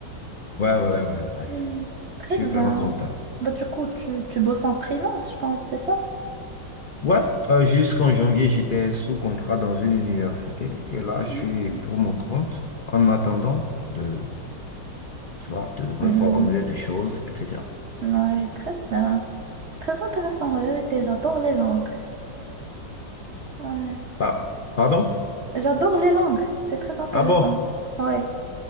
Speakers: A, on the left; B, on the right.
A: Ouais, ouais, ouais, ouais.
B: Hmm. Très
A: Je suis
B: bien.
A: vraiment content.
B: Bah, du coup, tu, tu bosses en freelance, je pense, c'est ça?
A: Ouais, euh, jusqu'en janvier, j'étais sous contrat dans une université et là, je
B: Hmm,
A: suis
B: hmm.
A: pour mon compte en attendant de, tu vois, de reformuler
B: Hmm,
A: les choses, etc.
B: Ouais, très bien. C'est très intéressant, en vérité. J'adore les langues. Ouais.
A: Pa- pardon?
B: J'adore les langues. C'est très intéressant.
A: Ah bon?
B: Ouais,